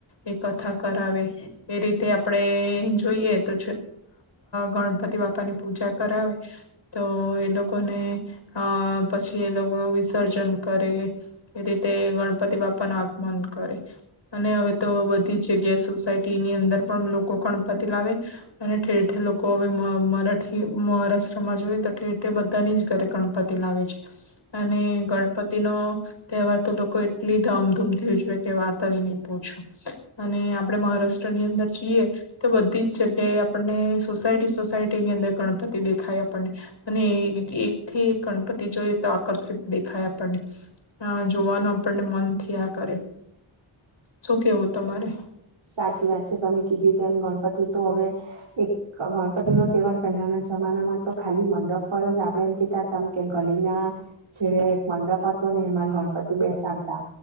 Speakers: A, on the left; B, on the right.
A: એ કથા કરાવે. એ રીતે આપણેે જોઈએ તો ગણપતિ બાપા ની પૂજા કરાવે તો એ લોકોને અ પછી એ લોકો વિસર્જન કરે એ રીતે ગણપતિ બાપા નું આગમન કરે અને હવે તો બધી જ જગ્યાએ સોસાયટી અ લોકો ગણપતિ લાવે અને ઠેર ઠેર લોકો હવે મરાઠી મહારાષ્ટ્રમાં જોઈએ તો ઠેર ઠેર બધાની જ ઘરે ગણપતિ લાવે છે અને ગણપતિ નો તહેવાર તો લોકો એટલી ધામધૂમ થી ઉજવે કે વાત જ નહી પૂછો અને આપડે મહારાષ્ટ્ર ની અંદર જીએ તો બધી જ જગ્યાએ આપણને સોસાયટી સોસાયટીની અંદર ગણપતિ દેખાય આપણને અને એક થી એક ગણપતિ જોઈએ તો આકર્ષિત દેખાય આપણને જોવાનું આપણને મનથી આ કરે શું કેવું તમારે.
B: સાચી વાત છે તમે કીધી તમ ગણપતિ તો હવે એક ગણપતિ નો તહેવાર પહેલાના જમાનામાં તો ખાલી મંડપ પર જ આપણેે એમ કીધતા ત કે ગલી ના છેડે એક મંડપ પતો ને એમાં ગણપતિ બેસાડતા.